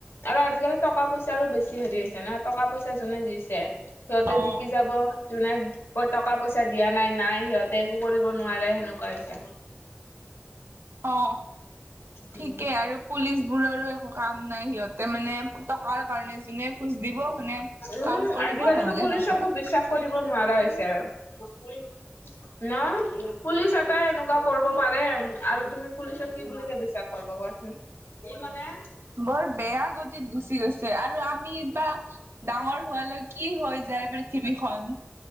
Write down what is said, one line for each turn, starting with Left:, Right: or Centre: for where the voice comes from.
Left: আৰু আজি-কালি টকা পইচাৰো বেছি হেৰি হৈছে ন টকা পইচা যোনে যি ছে। সিহঁতে
Right: অ',
Left: জিকি যাব। যোনে ক টকা পইচা দিয়া নাই, নাই সিহঁতে একো কৰিব নোৱাৰে সেনেকুৱা হৈছে।
Right: অ'।
Left: উম
Right: ঠিকেই আৰু পুলিচ বোৰৰো একো কাম নাই সিহঁতে মানে টকাৰ কাৰণে যোনে খোজ দিব খোনে
Left: উম
Right: কাম কৰিব
Left: আজিকালিতো
Right: নহলে
Left: পুলিচকো
Right: নকৰে।
Left: বিশ্বাস কৰিব নোৱাৰা হৈছে আৰু। ন পুলিচ এটাই এনেকুৱা কৰিব পাৰে আৰু তুমি পুলিচত কি বুলি ভাবিছা <unintelligible> কোৱাচোন ই মানে
Right: বৰ বেয়া গতিত গুচি গৈছে, আৰু আমি বা ডাঙৰ হোৱালৈ কি হৈ যায় বুলি পৃথিৱীখন।